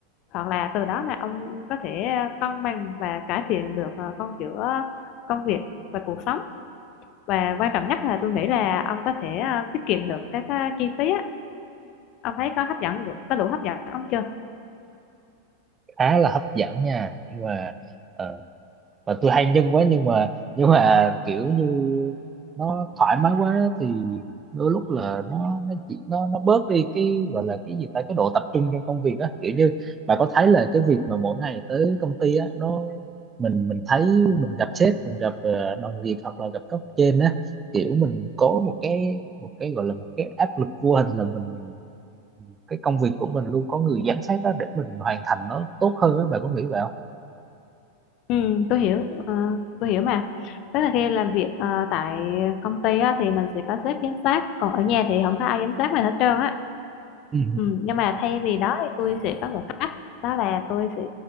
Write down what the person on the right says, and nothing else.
khá là hấp dẫn nha nhưng mà ờ, và tôi hay nhân quá nhưng mà nhưng mà kiểu như nó thoải mái quá thì đôi lúc là nó nó chỉ nó nó bớt đi cái gọi là cái gì ta cái độ tập trung trong công việc á kiểu như bà có thấy là cái việc mà mỗi ngày tới công ty á nó mình mình thấy mình gặp sếp mình gặp ờ, đồng nghiệp hoặc là gặp cấp trên á kiểu mình có một cái một cái gọi là một cái áp lực vô hình là mình cái công việc của mình luôn có người giám sát á để mình hoàn thành nó tốt hơn á bà có nghĩ vậy không?
Ừ.